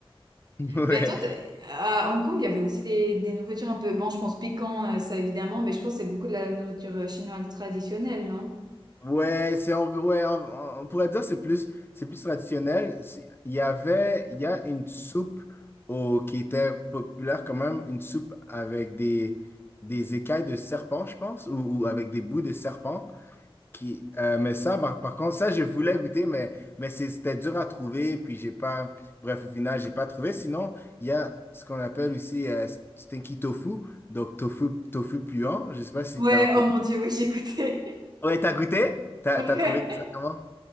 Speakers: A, on the left; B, on the right.
A: Ouais.
B: Mais toi, t'as- à Hong Kong, il y avait aussi des, des nourritures un peu. Bon, je pense piquant, euh, ça évidemment, mais je pense que c'est beaucoup de la nourriture euh, chinoise traditionnelle, non?
A: Ouais, c'est on, ouais, on, on pourrait dire que c'est plus c'est plus traditionnel. C'est- Il y avait il y a une soupe au, qui était populaire quand même, une soupe avec des des écailles de serpent, je pense, ou, ou avec des bouts de serpent. Qui, euh, mais ça, par, par contre, ça je voulais goûter, mais mais c'est- c'était dur à trouver, puis j'ai pas, bref, au final j'ai pas trouvé. Sinon, il y a ce qu'on appelle aussi euh, stinky tofu, donc tofu tofu puant. Je sais pas si
B: Ouais,
A: t'as entendu.
B: oh mon Dieu, oui, j'ai écouté.
A: Ouais, t'as goûté? T'as
B: <laughs>
A: t'as trouvé ça comment?